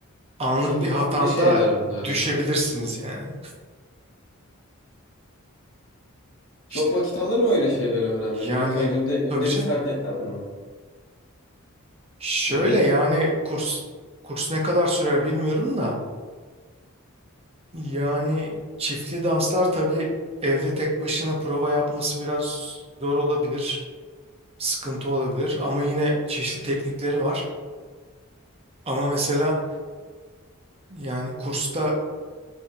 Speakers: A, on the right; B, on the left.
A: Anlık
B: İlgi
A: bir
B: çekici
A: hatanda
B: şeyler bunlar ya.
A: düşebilirsiniz yani.
B: Çok
A: İşte
B: vakit alır mı öyle şeyleri öğrenmek?
A: yani
B: Ya mesela günde günde
A: tabii canım.
B: bir saat yeter mi?
A: Şöyle
B: Günde
A: yani kurs kurs ne kadar sürer bilmiyorum da Yani çiftli danslar tabii evde tek başına prova yapması biraz zor olabilir, sıkıntı olabilir ama yine çeşitli teknikleri var. Ama mesela yani kursta